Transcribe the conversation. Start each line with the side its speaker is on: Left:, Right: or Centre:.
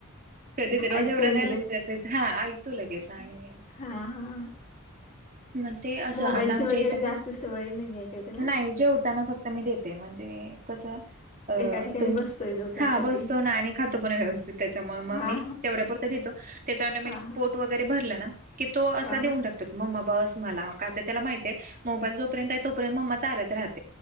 Right: कधीतरी म्हणजे
Left: ऐकतो
Right: एवढं
Left: लगेच.
Right: नाही देत हा ऐकतो लगेच आणि
Left: हा हा
Right: मग ते असं
Left: मोबाईलची
Right: आता आमच्या
Left: वगैरे
Right: इथं
Left: जास्त
Right: पण
Left: सवय नाही आहे काय त्याला?
Right: नाही जेवताना फक्त मी देते म्हणजे कसं अ
Left: एका ठिकाणी
Right: तुम
Left: बसतोय. तो त्यासाठी
Right: हा बसतो ना आणि खातो पण व्यवस्थित त्याच्यामुळे
Left: हा
Right: मग मी तेवढ्या पुुरत देतो. त्याचा ऑटोमेटिक
Left: हा हा हा
Right: पोट वगैरे भरलं ना की तो असा
Left: हा हा
Right: देऊन टाकतो. मम्मा बस मला का तर त्याला माहितय मोबाईल जोपर्यंत आहे तोपर्यंत मम्माच चारत राहत